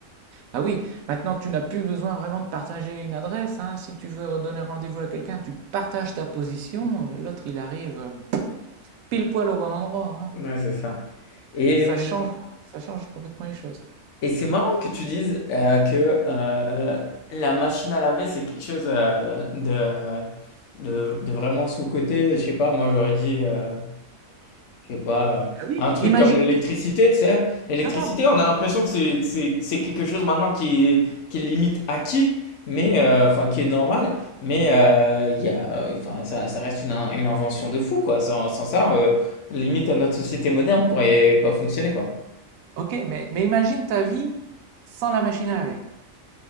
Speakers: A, on the right; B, on the left.
A: Bah oui, maintenant tu n'as plus besoin vraiment de partager une adresse, hein. Si tu veux donner rendez-vous à quelqu'un, tu partages ta position, euh, l'autre il arrive euh, pile poil au bon endroit, hein.
B: Ouais, c'est ça. Et,
A: Ça change, ça change complètement les choses.
B: et c'est marrant que tu dises euh, que euh, la machine à laver, c'est quelque chose euh, de, de, de vraiment sous-coté. Je sais pas, moi j'aurais dit euh, Je sais pas, euh,
A: Ah oui,
B: un truc
A: Imagine.
B: comme l'électricité,
A: i-
B: tu sais. L'électricité,
A: Non, non,
B: on a l'impression que c'est c'est- c'est quelque chose maintenant qui est, qui est limite acquis, mais euh, enfin qui est normal, mais euh, il y a, euh, enfin, ça, ça reste une, in- une invention de fou, quoi. Sans, sans ça, euh, limite notre société moderne pourrait pas fonctionner, quoi.
A: ok, mais, mais imagine ta vie sans la machine à laver.